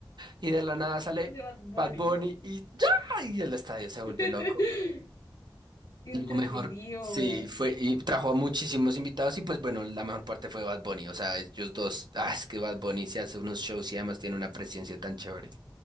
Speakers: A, on the right (about 60°); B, on the left (about 50°).
A: Y de la nada sale
B: <laughs> de Bad Bunny.
A: Bad Bunny y ya, y el estadio se vuelve
B: <laughs>
A: loco.
B: ¡Qué
A: Lo
B: entretenido!
A: mejor, sí, fue, y trajo muchísimos invitados y pues bueno, la mejor parte fue Bad Bunny, o sea, ellos dos, ah, es que Bad Bunny se hace unos shows y además tiene una presencia tan chévere.